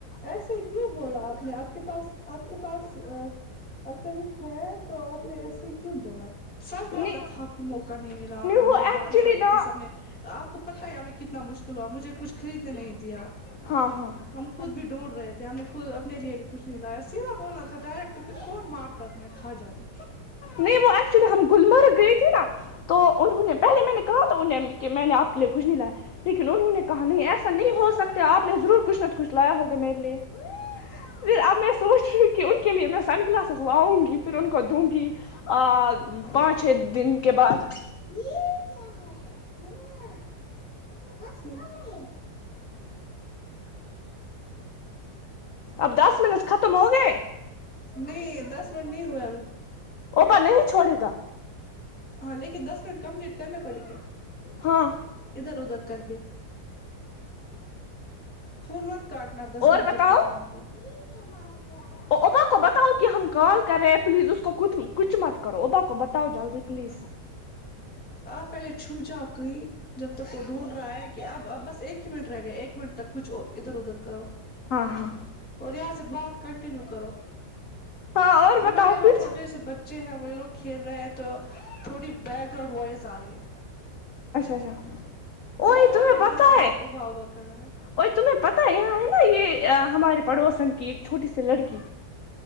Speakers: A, in the centre; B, on the left.
A: ایسے ہی کیوں بولا آپ نے آپ کے پاس آپ کے پاس عقل ہے تو آپ نے ایسے کیوں بولا سچ
B: نہیں
A: بولنا تھا کہ موقع نہیں ملا وہاں پہ
B: وہ
A: بہت
B: ایکچولی
A: بارش ہو رہی
B: نا
A: تھی سب نے آپ کو پتا ہے یہیں کتنا نا مشکل ہوا مجھے کچھ خریدنے نہیں دیا
B: ہاں ہاں
A: ہم خود بھی ڈھونڈ رہے تھے ہم نے خود اپنے لیے بھی کچھ نہیں لایا سیدھا بولنا تھا ڈائریکٹ پھر کون مار تک میں کھا جاتا
B: نہیں وہ ایکچولی ہم گلمرگ گئی تھی نا تو انہوں نے پہلے میں نے کہا تھا انہ کہ میں نے آپ کے لیے کچھ نہیں لایا لیکن انہوں نے کہا نہیں ایسا نہیں ہو سکتا آپ نے ضرور کچھ نہ کچھ لایا ہوگا میرے لیے پھر اب میں سوچ رہی ہوں کہ ان کے لیے میں سن گلاس لاؤں گی پھر ان کو دوں گی ا پانچ چھ دن کے بعد
A: یہ کیا ہے بچپوں میں
B: اب دس منٹ ختم ہو گئے
A: نہیں دس منٹ نہیں ہوئے ابھی
B: وہ پر نہیں چھوڑے گا
A: ہاں لیکن دس منٹ کمپلیٹ کرنے پڑیں گے
B: ہاں
A: ادھر ادھر کر کے فون مت کاٹنا دس
B: اور
A: منٹ جب
B: بتاؤ
A: تک نہیں ہوں گی
B: اوبا بتاؤ کہ ہم کال کر رہے ہیں پلیز اس کو کچھ مت کرو ادا کو بتاؤ جلدی پلیز
A: آپ پہلے چھپ جاؤ کوئی جب تک وہ ڈھونڈ رہا ہے کہ اب اب بس ایک ہی منٹ رہ گیا ایک منٹ تک کچھ ادھر ادھر کرو
B: ہاں ہاں
A: اور یہاں سے بات کنٹنیو کرو
B: ہاں اور
A: ہمارے
B: بتاؤ
A: یہاں
B: کچھ
A: چھوٹے سے بچے ہیں وہ یہ لوگ کھیل رہے ہیں تو تھوڑی بیک گراؤنڈ وائز آ رہی ہے
B: اچھا اچھا اوئی
A: اور ہ
B: تمہیں
A: بھی
B: پتہ
A: باہر ہے ابا ہوبا کر رہا ہے
B: اور تمہیں پتا ہے یہاں ہے نا یہ ہمارے پڑوسن کی ایک چھوٹی سی لڑکی